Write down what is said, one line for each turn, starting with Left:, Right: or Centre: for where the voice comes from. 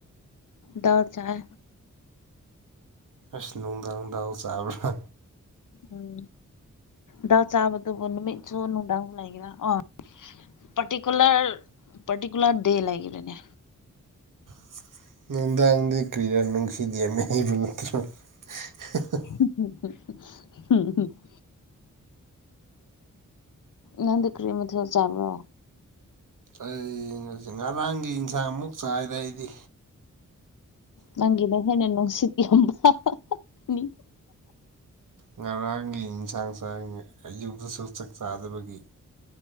Left: ꯗꯥꯜ ꯆꯥꯏ
Right: ꯑꯁ ꯅꯨꯡꯗꯥꯡ ꯅꯨꯡꯗꯥꯡ ꯆꯥꯕ꯭ꯔꯥ
Left: ꯎꯝ ꯗꯛ ꯆꯥꯕꯗꯨꯕꯨ ꯅꯨꯃꯤꯠꯁꯨ ꯅꯨꯡꯗꯥꯡ ꯂꯩꯒꯔ ꯑ ꯄ꯭ꯔꯇꯤꯀꯨꯂ꯭ꯔ ꯄ꯭ꯔꯇꯤꯀꯨꯂ꯭ꯔ ꯗꯦ ꯂꯩꯒꯦꯔꯥꯅꯦ
Right: <unintelligible>
Left: <unintelligible> ꯅꯪꯗꯤ ꯀꯔꯤ ꯃꯊꯦꯜ ꯆꯥꯕ꯭ꯔꯣ
Right: ꯑꯩ ꯉꯁꯤ ꯉꯔꯥꯡꯒꯤ ꯏꯟꯁꯥꯡ ꯑꯃꯨꯛ ꯆꯥꯏꯗ ꯑꯩꯗꯤ
Left: ꯅꯪꯒꯤꯅ ꯍꯦꯟꯅ ꯅꯨꯡꯁꯤꯠ ꯌꯥꯝꯕ ꯅꯤ
Right: ꯉꯔꯥꯡꯒꯤ ꯏꯟꯁꯥꯡ ꯆꯥꯏ ꯑꯌꯨꯛꯇꯁꯨ ꯆꯥꯛ ꯆꯥꯗꯕꯒꯤ